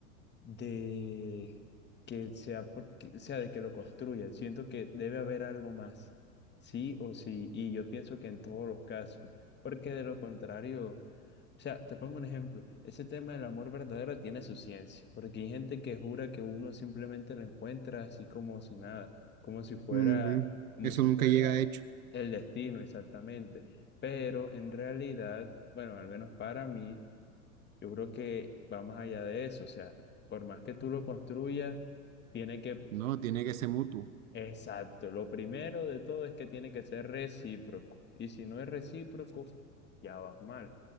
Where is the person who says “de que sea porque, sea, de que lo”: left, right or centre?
Left